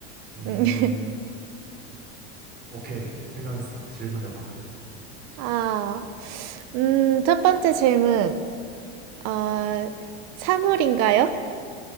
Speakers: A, on the right (about 30°); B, on the right (about 55°).
A: 음,
B: 응. <laughs>
A: 오케이. 생각했어. 질문해봐.
B: 아, 음, 첫 번째 질문. 어, 사물인가요?